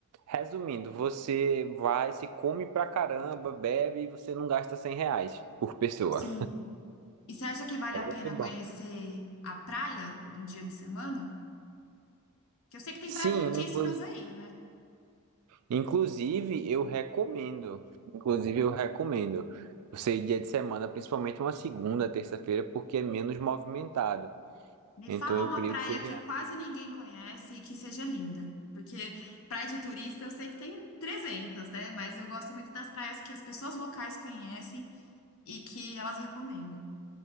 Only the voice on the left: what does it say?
Sim. E você acha que vale
a
pena conhecer
a praia no dia de semana? Que eu sei que tem
praias lindíssimas
aí, né?
Me
fala
uma
praia
que quase ninguém conhece e que seja linda. Porque praia de turista eu sei que tem 300, né? Mas eu gosto muito das praias que as pessoas locais conhecem e que elas recomendam.